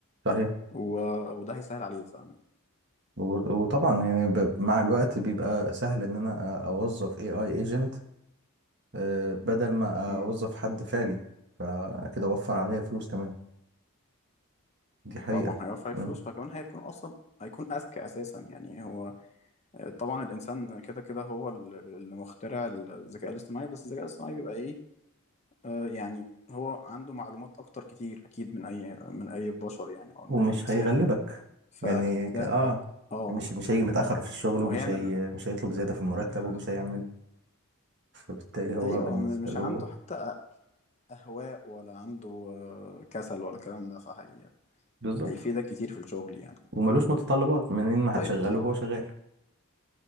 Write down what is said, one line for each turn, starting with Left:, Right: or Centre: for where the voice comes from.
Right: صحيح
Left: و... وده هيسهل عليه ف
Right: و- وطبعا يعني ب- مع الوقت بيبقى سهل إن أنا أ- أوظف AI agent آه، بدل ما
Left: مم.
Right: أوظف حد فعلي فكده أوفر عليا فلوس كمان دي حقيقة
Left: طبعا هيوفر عليك
Right: مم.
Left: فلوس وكمان هيكون اصلا هيكون اذكى اساسا يعني هو طبعا الانسان كده كده هو ال- اللي مخترع الذكاء الاصطناعي بس الذكاء الاصطناعي بيبقى ايه آه يعني هو عنده معلومات اكتر كتير اكيد من اي من اي بشر يعني او من
Right: ومش
Left: اي انسان
Right: هيغلبك
Left: فاكيد
Right: يعني ك-
Left: ده
Right: آه
Left: هي... اه
Right: مش مش هيجي متأخر في الشغل
Left: وهيعمل
Right: ومش هي مش هيطلب زيادة في المرتب
Left: <laughs>
Right: ومش هيعمل فبالتالي هو
Left: ايوه
Right: بالنسبة
Left: م- مش
Right: له
Left: عنده حتى اهواء ولا عنده آه، كسل ولا الكلام ده فهي
Right: بالظبط
Left: هيفيدك كتير في الشغل يعني
Right: وملوش متطلبات منين ما
Left: طيب
Right: هتشغله
Left: انت
Right: هو شغال